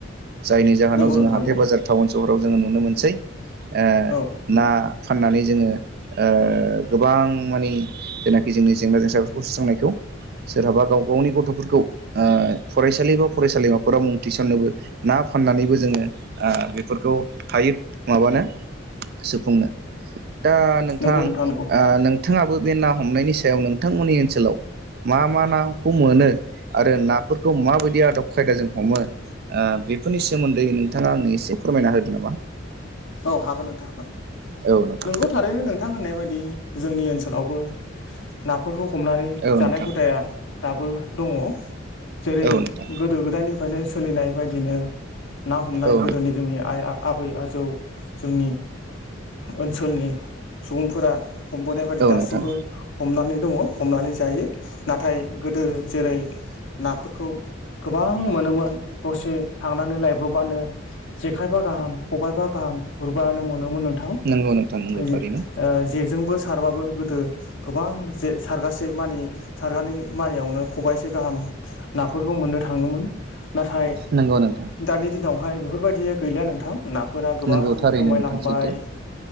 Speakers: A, on the right; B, on the left.
A: जायनि जाहोनाव
B: नंगौ
A: जोङो
B: नोंथां
A: हाथाय
B: नंगौ
A: बाजार टाउन सहराव जोङो नुनो मोनसै। ओ
B: औ नंगौ
A: ना
B: नोंथां
A: फाननानै जोङो ओ गोबां माने जेना बे जोंनि जेंना जेंगफोरखौ सुस्रांनायखौ। सोरहाबा गाव गावनि गथ'फोरखौ ओ फरायसालि बा फरायसालिमाफोराव मुं थिसन्नोबो ना फाननानैबो जोङो ओ बेफोरखौ हायो माबानो सुफुंनो दा नोंथां
B: नंगौ नंगौ
A: नों ओ नोंथाङाबो बे ना हमनायनि सायाव नोंथांमोननि ओनसोलाव मा मा नाखौ मोनो? आरो नाफोरखौ माबायदि आदब खायदाजों हमो ओ बेफोरनि सोमोन्दै नोंथाङा आंनि एसे फोरमायना होदो नामा?
B: औ हागोन नोंथां हागोन।
A: औ नोंथां
B: नोंगौ थारैनो नोंथां होननाय बायदि जोंनि ओनसोलावबो नाफोरखौ हमनानै
A: औ
B: जानाय
A: नोंथां
B: हुदाया दाबो दङ जेरै
A: औ नोंथां
B: गोदो गोदायनि फायनो सोलिनाय बायदिनो ना हमनाय
A: औ
B: गोदोनि जोंनि आइ आफ आबै आजौ जोंनि ओनसोलनि सुबुंफोरा हमबोनाय
A: नोंथां
B: बायदि
A: औ
B: दासिमबो
A: नोंथां
B: हमनानै दङ हमनानै जायो नाथाय गोदो जेरै नाफोरखौ गोबां मोनोजजमोन दसे थांनानै दसे थांनानै लायब ब्रबानो जेखायबा गाहाम खबायाइफा गाहाम गुरबानो मोनोमोन नोंथां।
A: नंगौ
B: ओ
A: नोंथां नंगौ थारैनो
B: जेजोंबो सारबाबो गोदो गोबां जे सारगासे मानि सारगानै मानियावनो खबाइसे गाहाम नाफोरखौ मोननो थाङोमोन। नाथाय
A: नंगौ नोंथां
B: दानि दिनावहाय बेफोरबायदिया गैलिया नोंथां। नाफोरा गोबां
A: नंगौ थारैनो
B: खमायलांबाय
A: नोंथां सैथो